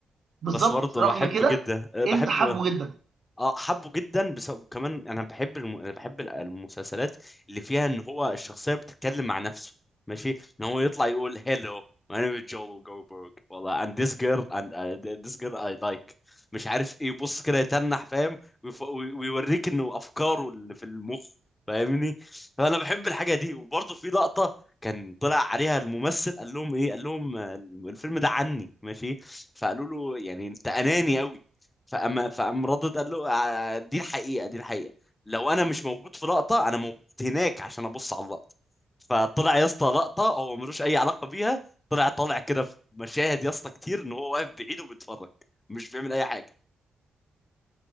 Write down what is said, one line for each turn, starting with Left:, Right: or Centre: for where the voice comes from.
Right: بالظبط
Left: بس برضه
Right: رغم
Left: بحب
Right: كده
Left: جدا بحب
Right: انت حبه جدا
Left: اه حبه جدا بس وكمان انا بحب الم... أنا بحب ال- المسلسلات اللي فيها ان هو الشخصيه بتتكلم مع نفسه ماشي ان هو يطلع يقول هيلو my name is Joel Goldberg والله and this girl and uh, this girl I like مش عارف ايه يبص كده يتنح فاهم ويف... وي- ويوريك انه افكاره اللي في المخ فاهمني فانا بحب الحاجه دي وبرضه في لقطه كان طلع عليها الممثل قال لهم ايه قال لهم آه، الفيلم ده عني ماشي فقالوا له يعني انت اناني قوي فأما فقام ردد قال له "آه، دي الحقيقة دي الحقيقة لو أنا مش موجود في لقطة أنا موجود هناك عشان أبص على اللقطة فطلع يا اسطى لقطة هو ملوش أي علاقة بيها طلع طالع كده في مشاهد يا اسطى كتير إن هو واقف بعيد وبيتفرج مش بيعمل أي حاجة